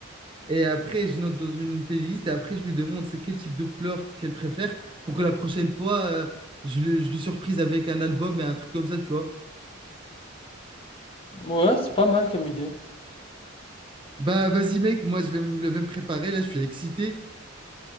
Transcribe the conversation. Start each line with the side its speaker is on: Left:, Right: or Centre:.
Right: et après je note dans une playlist, et après je lui demande c'est quel type de fleurs qu'elle préfère, pour que la prochaine fois, euh, je, le- je lui surprise avec un album et un truc comme ça, tu vois.
Left: Ouais, c'est pas mal comme idée.
Right: Bah vas-y mec, moi je vais me lever me préparer, là je suis excité.